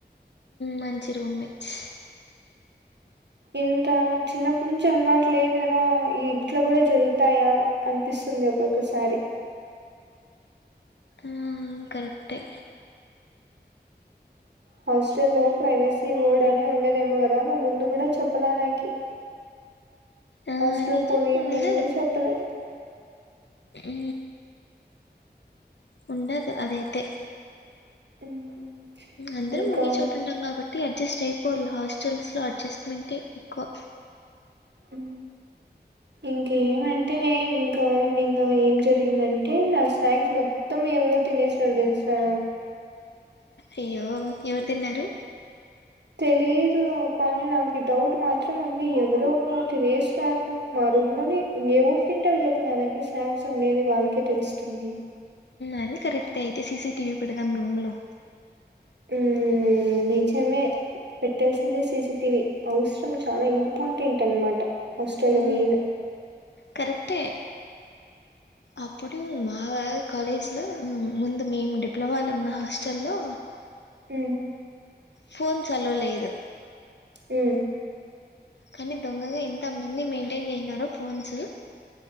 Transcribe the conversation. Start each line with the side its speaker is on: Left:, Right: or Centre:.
Left: మంచి రూమ్మేట్
Right: ఇంత చిన్నప్పటి నుంచి అలవాటు లేదు కదా ఈ ఇంట్లో కూడా జరుగుతాయా అనిపిస్తుంది ఒకొక్కసారి
Left: ఆ కరెక్టే
Right: హాస్టల్లో ప్రైవేసీ బోర్డు అని ఉండేదేమో గదా నువ్వు ముందు కూడా చెప్పాల నాకి
Left: ఆ,
Right: హాస్టల్
Left: నిజం
Right: పోయే
Left: ఉండదు
Right: ముందు గూడా చెప్పలేదు
Left: ఊ ఉండదు అదైతే
Right: మ్మ్
Left: అందరం
Right: ఇంకా
Left: ఒగే చోటు ఉంటాం కాబట్టి అడ్జస్ట్ అయిపో పుల్హస్ హాస్టల్స్లో అడ్జస్ట్మెంటే ఎక్కువ
Right: ఊ ఇంకేమంటే ఇంకా నిన్న ఏం జరిగిందంటే నా స్నాక్స్ మొత్తం ఎవరో తినేసారు దెల్సా
Left: అయ్యో ఎవరుదిన్నారు
Right: తెలిదు కానీ నాకు డౌట్ మాత్రం ఉంది ఎవరో తినేస్నాను ను మా రూమ్ లోని ఇంక ఎవరు తింటారు చెప్పు నా దగ్గర స్నాక్స్ ఉండేది వాళ్ళకే తెలుస్తుంది
Left: అది కరెక్ట్ అయితే సీసీటీవీ పెడదాం రూమ్ లో
Right: ఉ నిజమే పెట్టాల్సిందే సీసిటివి అవసరం చానా ఇంపార్టెంట్ అనమాట హాస్టల్లో
Left: ఉ
Right: మెయిన్
Left: కరెక్టే అప్పుడు మా కాలేజ్లో ముందు మేము డిప్లొమాలో ఉన్న హాస్టల్లో
Right: ఉ
Left: ఫోన్స్ అలో లేదు
Right: ఉ
Left: కానీ దొంగగా ఎంత మంది మెయింటైన్ చేసినారు ఫోన్స్